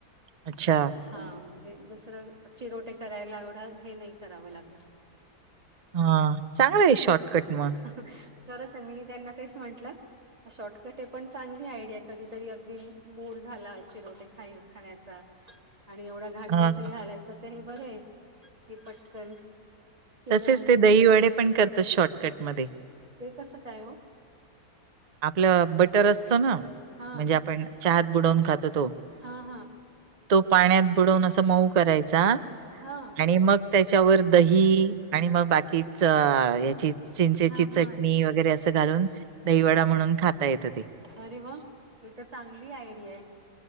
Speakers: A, on the right; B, on the right.
A: अच्छा.
B: म्हणजे हा म्हणजे दुसरं चिरोटे करायला एवढं हे नाही करावं लागत.
A: हा चांगलं आहे शॉर्टकट मग
B: खरंच आहे मी त्यांना तेच म्हटलं हा शॉर्टकट हे पण चांगली आयडिया कधीतरी अगदी मूड झाला चिरोटे खाई खाण्याचा. आणि एवढा घाट
A: हां,
B: नसेल घालायचा ते हे बरं आहे कि पटकन. केलं
A: तसेच
B: म्हणजे
A: ते दही वडे पण करतात शॉर्टकटमध्ये.
B: ते कसं काय ओ?
A: आपलं बटर असतो ना,
B: हा
A: म्हणजे आपण चहात बुडवून खातो तो.
B: हा हा
A: तो पाण्यात बुडवून अस मऊ करायचा
B: हा
A: आणि मग त्याच्यावर दही आणि मग बाकीच याची चिंचेची
B: हा
A: चटणी
B: हा
A: वगैरे अ स घालून दहीवडा म्हणून खाता येतं ते.
B: अरे वा ही तर चांगली आयडिया.